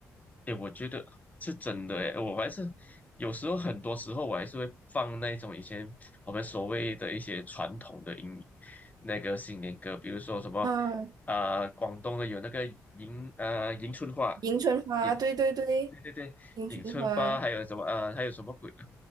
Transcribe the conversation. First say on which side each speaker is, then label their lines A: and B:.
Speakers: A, on the left (about 20°); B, on the right (about 60°).
A: 诶，我觉得是真的哎，我还是有时候很多时候我还是会放那种以前我们所谓的一些传统的音那个新年歌，比如说什么
B: 啊，
A: 呃广东的有那个迎呃迎春花，
B: 迎春花，
A: 迎
B: 对对对，
A: 对对对迎春花，
B: 迎春花，
A: 还有什么呃还有什么鬼